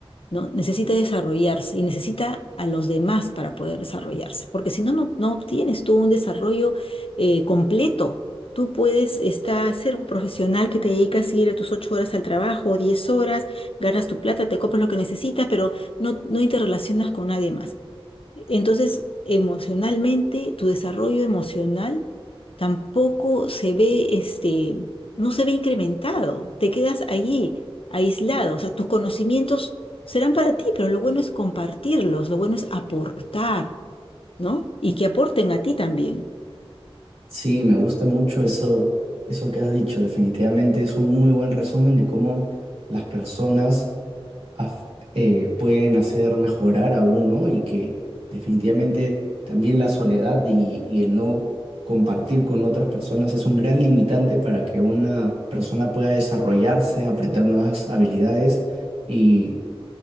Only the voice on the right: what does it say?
Sí, me gusta mucho eso, eso que has dicho. Definitivamente es un muy buen resumen de cómo las personas af- eh, pueden hacer mejorar a uno y que definitivamente también la soledad y, y el no compartir con otras personas es un gran limitante para que una persona pueda desarrollarse, aprender nuevas habilidades y